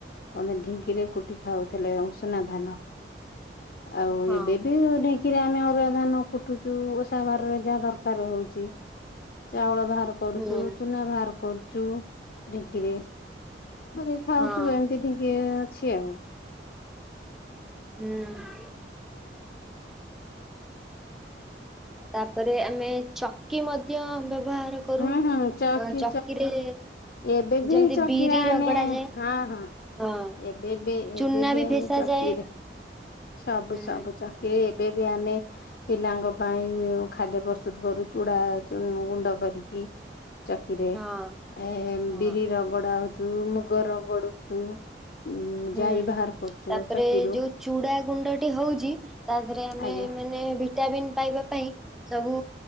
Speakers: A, on the left (about 55°); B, in the centre.
A: କହନ୍ତି ଢିଙ୍କିରେ କୁଟି ଖାଉଥିଲେ ଉଷୁନା ଧାନ। ଆଉ
B: ହଁ।
A: ଏବେ ବି ଢ଼ିଙ୍କିରେ ଆମେ ଅରୁଆ ଧାନ କୁଟୁଚୁ ଓଷା ବାରରେ ଯାହା ଦରକାର ହଉଛି ଚାଉଳ ବାହାର କରୁଛୁ,
B: ହୁଁ
A: ଚୁନା ବାହାର କରୁଛୁ। ଢିଙ୍କିରେ କରିକି ଖାଉଛୁ
B: ହଁ
A: ଏମିତି ଢିଙ୍କି ଅଛି ଆଉ।
B: ହୁଁ। ତାପରେ ଆମେ ଚ ଚକି ମଧ୍ୟ ବ୍ୟବହାର କରୁ।
A: ହୁଁ ହୁଁ ଚକି
B: ଚକିରେ
A: ଏବେ ବି
B: ଯେମିତି
A: ଚକିରେ
B: ବିରି
A: ଆମେ
B: ରଗଡା ଯାଏ।
A: ହଁ ହଁ
B: ହଁ
A: ଏବେ ବି
B: ଚୁନା
A: ଏବେ ବି ଆମେ
B: ଫେସା
A: ଚକିରେ,
B: ଯାଏ।
A: ସବୁ
B: ହୁଁ
A: ସବୁ ଚ କିରେ ଏବେ ବି ଆମେ ପିଲାଙ୍କ ପାଇଁ ଖାଦ୍ୟ ପ୍ରସ୍ତୁତ କରୁ ଚୁଡ଼ା ଗୁଣ୍ଡ କରିକି। ଚକିରେ
B: ହଁ
A: ଏ
B: ହଁ।
A: ବିରି ରଗଡା ହଉଛୁ, ମୁଗ ରଗଡୁଚୁ ଉଁ
B: ହୁଁ
A: ଯାଇ ବାହାର କରୁଛୁ
B: ତାପରେ
A: ଚକିରୁ।
B: ଯୋଉ ଚୁଡା ଗୁଣ୍ଡଟେ ହଉଛି ତା ଦେହରେ ଆମେ
A: ଆଜ୍ଞା
B: ମାନେ ଭିଟାମିନ୍ ପାଇବା ପାଇଁ ସବୁ